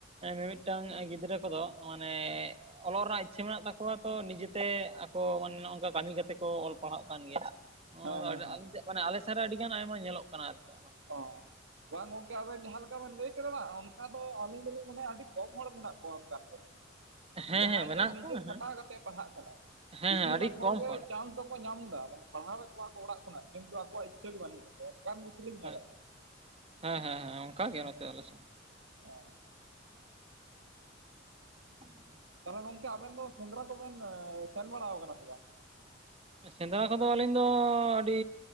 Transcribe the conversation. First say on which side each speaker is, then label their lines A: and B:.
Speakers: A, on the right; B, on the right.
A: ᱮᱸ ᱢᱤᱢᱤᱫᱴᱟᱝ ᱜᱤᱫᱽᱨᱟᱹ ᱠᱚᱫᱚ ᱢᱟᱱᱮ ᱮ ᱚᱞᱚᱜ ᱨᱮᱱᱟᱜ ᱤᱪᱪᱷᱟᱹ ᱢᱮᱱᱟᱜ ᱛᱟᱠᱚᱣᱟ ᱛᱚ ᱱᱤᱡᱮᱛᱮ ᱟᱠᱚ ᱱᱚᱜᱼᱚᱝᱠᱟ ᱠᱟᱹᱢᱤ ᱠᱟᱛᱮ ᱠᱚ ᱚᱞ ᱯᱟᱲᱦᱟᱜ ᱠᱟᱱ ᱜᱮᱭᱟ᱾ ᱱᱟᱜᱼᱚᱱᱟ
B: ᱦᱮᱸ ᱦᱮᱸ
A: ᱫᱚ
B: ᱦᱮᱸ
A: ᱟᱹᱞᱤᱧ ᱥᱮᱫ ᱢᱟᱱᱮ ᱟᱞᱮ ᱥᱮᱱ ᱨᱮ ᱟᱹᱰᱤ ᱜᱟᱱ ᱟᱭᱢᱟ ᱧᱮᱞᱚᱜ ᱠᱟᱱᱟ ᱟᱨᱠᱤ ᱚᱱᱟ।
B: ᱚ ᱵᱟᱝ ᱜᱚᱝᱠᱮ ᱟᱵᱮᱱ ᱡᱟᱦᱟᱸ ᱞᱮᱠᱟ ᱵᱮᱱ ᱞᱟᱹᱭ ᱠᱮᱫᱟ ᱵᱟᱝ ᱚᱱᱠᱟ ᱫᱚ ᱟᱹᱞᱤᱧ ᱫᱚᱞᱤᱧ ᱢᱚᱱᱮᱭᱟ ᱟᱹᱰᱤ ᱠᱚᱢ ᱦᱚᱲ ᱢᱮᱱᱟᱜ ᱠᱚᱣᱟ ᱚᱱᱠᱟᱱ ᱠᱚᱫᱚ᱾
A: ᱦᱮᱸ
B: ᱡᱟᱸᱦᱟᱭ
A: ᱦᱮᱸ ᱢᱮᱱᱟᱜ
B: ᱜᱮ ᱱᱤᱡᱮ
A: ᱠᱚᱣᱟ ᱦᱮᱸ
B: ᱠᱷᱟᱴᱟ ᱠᱟᱛᱮᱜ-ᱮ ᱯᱟᱲᱦᱟᱜ ᱠᱟᱱᱟᱭ
A: ᱦᱮᱸ
B: ᱵᱮᱥᱤᱨ
A: ᱦᱮᱸ ᱟᱹᱰᱤ
B: ᱵᱷᱟᱜᱽ ᱦᱚᱲᱜᱮ
A: ᱠᱚᱢ ᱦᱚᱲ
B: ᱪᱟᱱ ᱫᱚ ᱠᱚ ᱧᱟᱢ ᱫᱟ ᱢᱟᱱᱮ ᱯᱟᱲᱦᱟᱣ ᱮᱫ ᱠᱚᱣᱟ ᱠᱚ ᱲᱟᱜ ᱠᱷᱱᱟᱜ ᱠᱤᱱᱛᱩ ᱟᱠᱚᱣᱟᱜ ᱤᱪᱪᱷᱟᱹ ᱜᱮ ᱵᱟᱹᱱᱩᱜ ᱛᱟᱠᱚᱣᱟ ᱚᱱᱠᱟᱱ ᱵᱤᱥᱤᱞᱤᱧ
A: ᱦᱮᱸ
B: ᱧᱮᱞᱮᱜ
A: ᱦᱮᱸ ᱦᱮᱸ ᱦᱮᱸ ᱚᱝᱠᱟ ᱜᱮ ᱱᱚᱛᱮ ᱟᱞᱮᱥᱮᱫ
B: ᱚ
A: <unintelligible>
B: ᱛᱟ ᱜᱚᱢᱠᱮ ᱟᱵᱮᱱ ᱫᱚ ᱥᱮᱸᱫᱽᱨᱟ ᱠᱚᱵᱮᱱ ᱟᱹᱻ ᱥᱮᱱ ᱵᱟᱲᱟᱣ ᱠᱟᱱᱟ ᱥᱮ ᱵᱟᱝ?
A: ᱥᱮᱸᱫᱽᱨᱟ ᱠᱚᱫᱚ ᱟᱹᱞᱤᱧ ᱫᱚ ᱟᱹᱰᱤ